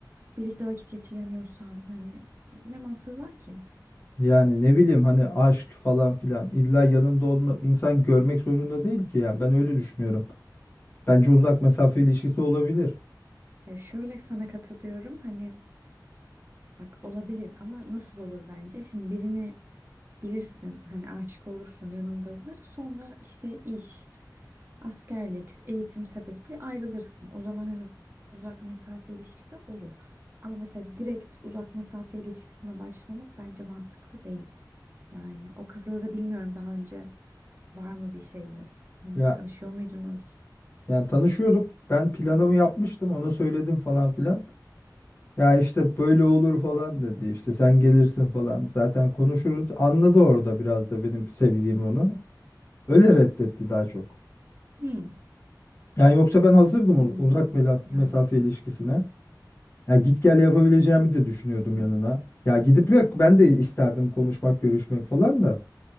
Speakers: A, on the right (about 30°); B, on the left (about 30°).
A: birlikte vakit geçiremiyorsan hani ne mantığı var ki?
B: Yani ne bileyim hani aşk falan filan illa yanında olma insan görmek zorunda değil ki yani ben öyle düşünüyorum. Bence uzak mesafe ilişkisi olabilir.
A: Ya şöyle sana katılıyorum. Hani Bak olabilir ama nasıl olur bence? Şimdi birini bilirsin hani aşık olursun yanındadır. Sonra işte iş, askerlik, eğitim sebebiyle ayrılırsın. O zaman hani uzak mesafe ilişkisi olur. Ama mesela direkt uzak mesafe ilişkisine başlamak bence mantıklı değil. Yani o kızla da bilmiyorum daha önce var mı bir şeyiniz? Hani
B: Ya
A: tanışıyor muydunuz?
B: yani tanışıyorduk. Ben planımı yapmıştım. Ona söyledim falan filan. Ya işte böyle olur falan dedi. İşte sen gelirsin falan. Zaten konuşuruz. Anladı orada biraz da benim sevdiğimi onu. Öyle reddetti daha çok.
A: Hmm.
B: Yani yoksa ben hazırdım
A: Hmm.
B: uz- uzak mela-
A: Ya.
B: mesafe ilişkisine. Ya git gel yapabileceğimi de düşünüyordum
A: hmm.
B: yanına. Ya gidip yok ben de isterdim konuşmak, görüşmek falan da.